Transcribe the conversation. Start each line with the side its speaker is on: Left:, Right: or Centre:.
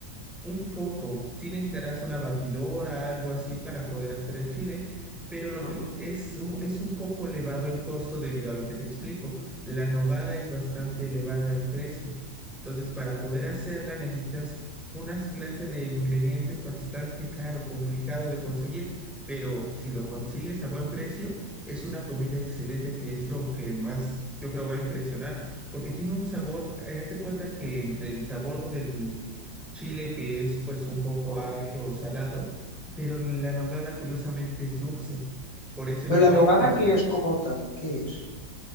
Centre: Un poco, sí necesitarás una batidora, algo así para poder hacer el chile, pero lo
Left: Ujú,
Centre: que es, u- es un poco elevado el costo debido a lo que te explico. La nogada es bastante elevada el precio. Entonces, para poder hacerla necesitas unas clases de ingredientes bastante caro, complicado de conseguir, pero si lo consigues a buen precio, es una comida excelente que es lo que más yo creo va a impresionar, porque tiene un sabor, haz de cuenta que entre el sabor del chile que es pues un poco
Left: ujú.
Centre: agrio o salado, pero la nogada curiosamente es dulce. Por eso
Left: Pero
Centre: lleva
Left: la nogada,
Centre: incluso...
Left: ¿qué es como tal? ¿Qué es?